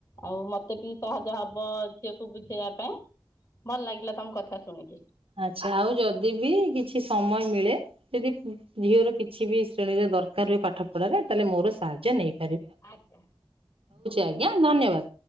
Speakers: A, on the left; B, on the right.
A: ଆଉ ମତେ ବି ସହଜ ହବ ଝିଅକୁ ବୁଝେଇବା ପାଇଁ ଭଲ ଲାଗିଲା ତମ କଥା ଶୁଣିକି।
B: ଆଚ୍ଛା ଆଉ ଯଦି ବି କିଛି ସମୟ ମିଳେ ଯଦି ଝିଅର କିଛି ବି ଶ୍ରେଣୀରେ ଦରକାର ହୁଏ, ପାଠ ପଢ଼ାରେ ତାହେଲେ ମୋର ସାହାଯ୍ୟ ନେଇ
A: ଆଜ୍ଞା
B: ଆଜ୍ଞା
A: ନମସ୍କାର।
B: ଧନ୍ୟବାଦ